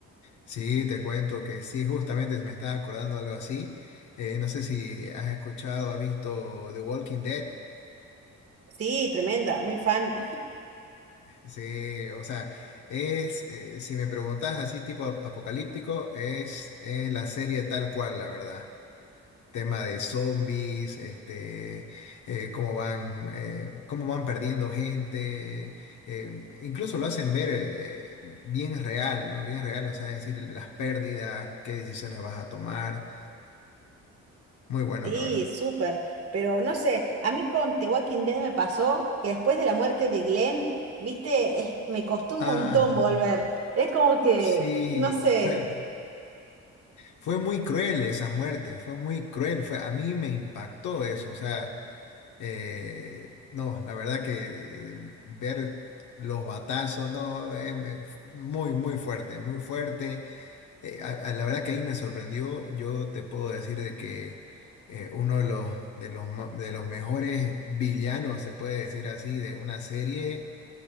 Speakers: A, on the left (about 75°); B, on the right (about 50°).
A: Sí, te cuento que sí, justamente me estaba acordando algo así. Eh, no sé si has escuchado, has visto The Walking Dead.
B: Sí, tremenda, muy fan.
A: Sí, o sea, es, eh, si me preguntas así tipo ap- apocalíptico, es, es la serie tal cual, la verdad. tema de zombies, este, eh, cómo van, eh, cómo van perdiendo gente, eh, incluso lo hacen ver eh, bien real, ¿no? Bien real, o sea, es decir, las pérdidas, qué decisiones vas a tomar, muy bueno,
B: Sí,
A: la verdad.
B: súper. Pero no sé, a mí con The Walking Dead me pasó que después de la muerte de Glenn, viste, es- me costó un
A: Ah,
B: montón volver. Es como que,
A: sí,
B: no sé,
A: fue, fue muy cruel esa muerte, fue muy cruel, fue, a mí me impactó eso, o sea... Eh, no, la verdad que eh, ver los batazos, no, eh, me- muy, muy fuerte, muy fuerte. Eh, a- a- la verdad que ahí me sorprendió. Yo te puedo decir de que eh, uno de los, de los, ma- de los mejores villanos, se puede decir así, de una serie,